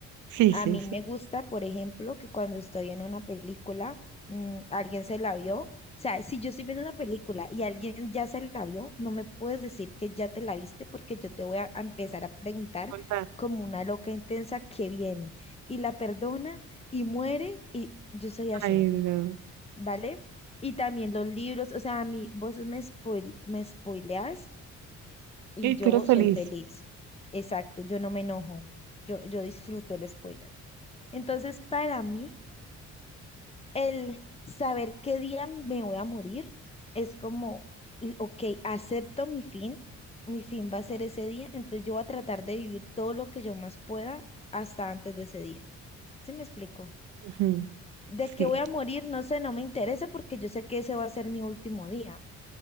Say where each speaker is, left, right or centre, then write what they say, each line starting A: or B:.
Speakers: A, on the right; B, on the left.
A: sí, sí,
B: A mí
A: sí.
B: me gusta, por ejemplo, que cuando estoy en una película, mm, alguien se la vio. O sea, si yo estoy viendo una película y alguien ya se la vio, no me puedes decir que ya te la viste porque yo te voy a, a empezar a preguntar
A: Contar.
B: como una loca intensa que viene y la perdona y muere y yo soy
A: Ay,
B: así,
A: no.
B: ¿vale? Y también los libros, o sea, a mí vos me, spoil, me spoileas y
A: Y
B: yo
A: tú eres feliz.
B: soy feliz. Exacto, yo no me enojo, yo, yo disfruto el spoiler. Entonces, para mí, el saber qué día me voy a morir es como, l- ok, acepto mi fin, mi fin va a ser ese día, entonces yo voy a tratar de vivir todo lo que yo más pueda hasta antes de ese día. ¿Sí me explico?
A: Ujú,
B: De qué
A: Sí,
B: voy a morir, no sé, no me interesa porque yo sé que ese va a ser mi último día.